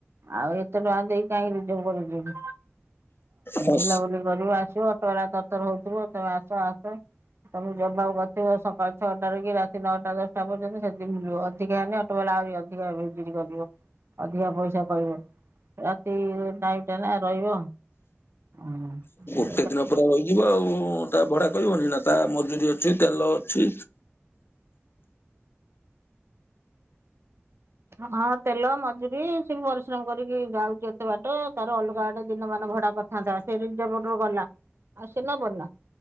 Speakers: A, on the right; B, on the left.
A: ଆଉ ଏତେ ଟଙ୍କା ଦେଇ କାଇଁ ରିଜର୍ପ କରି ଯି-ଆଉ
B: ହଁ,
A: ବୁଲାବୁଲି କରିବ ଆସିବ ଅ ଅଟୋବାଲା ତରତର ହଉଥିବ ତମେ ଆସ ଆସ। ତମକୁ ଯବାବ କରିଥିବ ସକାଳ ଛଅଟାରେ କି ରାତି ନଅଟା ଦଶଟା ପର୍ଯ୍ୟନ୍ତ ସେତିକି ଯିବ ଅଧିକା ହେନେ ଅଟୋବେଲା ଆହୁରି ଅଧିକା ଭିଜିଟ କରିବ। ଅଧିକା ପଇସା କହିବ ରାତି ଟାଇମଟା ନା ରହିବ ହୁଁ
B: କେତେ ଦିନ ପରା ରହିଯିବ ଆଉ ତା ଭଡା କହିବନି ନା ତା ମଜୁରି ଅ ଅଛି ତେଲ ଅଛି।
A: ହଁ ତେଲ ମଜୁରୀ ସିଏ ବି ପରିଶ୍ରମ କରିକି ଯାଉଛି ଏତେ ବାଟ ତାର ଅଲଗା ଅଡେ ଦିନ ମାନ ଭଡା କରିଥାଆନ୍ତା। ସେ ରିଜର୍ପ ପଟେ ଗଲା ଆଉ ସେ ନବନି ନାଁ।